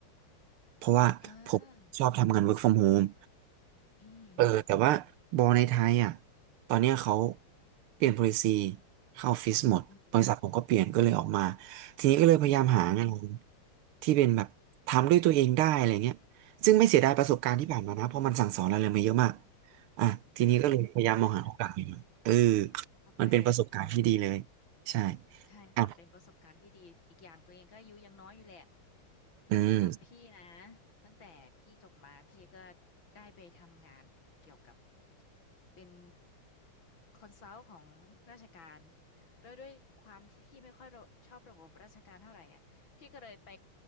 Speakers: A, on the right; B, on the left.
A: ำเพราะว่าผมชอบทำงาน
B: เออ
A: work from home
B: อืม
A: เออแต่ว่าบอลในไทยอ่ะตอนเนี้ยเขาเปลี่ยน policy เข้าออฟฟิศหมดบริษัทผมก็เปลี่ยนก็เลยออกมา
B: อืม
A: ทีนี้ก็เลยพยายามหางาน
B: ค่ะ
A: ที่เป็นแบบทำด้วยตัวเองได้อะไรเงี้ยซึ่งไม่เสียดายประสบการณ์ที่ผ่านมานะเพราะมันสั่งสอนอะไรมาเยอะมากอ่ะทีนี้ก็เลยพยายามมองหาโอกาสใหม่ๆเออ
B: อ่ะเข้าใจค่ะเข้าใจเลย
A: มันเป็นประสบการณ์ที่ดีเลยใช่
B: ใช่ค่ะเป็นประสบการณ์ที่ดีอีกอย่างตัวเองก็อายุยังน้อยอยู่แหละ
A: อ่ะอืม
B: สำหรับพี่นะตั้งแต่พี่จบมาพี่ก็ได้ไปทำงานเกี่ยวกับเป็นคอนซัลท์ของราชการโดยด้วยความที่พี่ไม่ค่อยระชอบระบบราชการเท่าไหร่อ่ะพี่ก็เลยไป